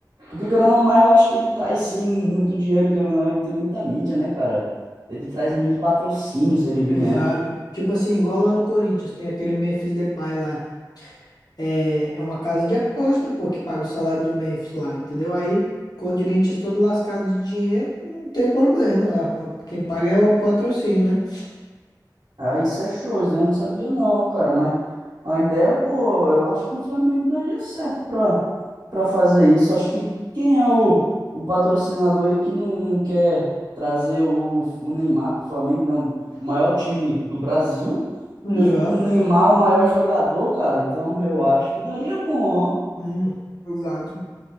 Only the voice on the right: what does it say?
Porque, querendo ou não, mas eu acho que ele traz sim muito dinheiro, querendo ou não, ele tem muita mídia, né, cara? Ele traz muito patrocínio se ele vier.
Ah, isso é show, isso eu não sabia não, cara, mas a ideia, pô, eu acho que o Flamengo daria certo pra, pra fazer isso. Acho que quem é o, o patrocinador aí que não, não quer trazer o, o Neymar pro Flamengo, não, o maior time do Brasil
e com o Neymar o maior jogador, cara, então eu acho que daria bom, ó.